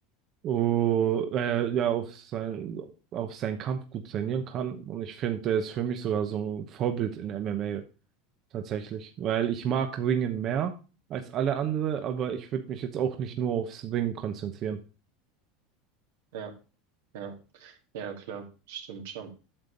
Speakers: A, on the right; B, on the right.
A: oh, äh, ja, auf sein, auf seinen Kampf gut trainieren kann. Und ich finde, der ist für mich sogar so ein Vorbild in MMA tatsächlich. Weil ich mag Ringen mehr als alle andere, aber ich würde mich jetzt auch nicht nur aufs Ringen konzentrieren.
B: ja, ja. Ja, klar, stimmt schon.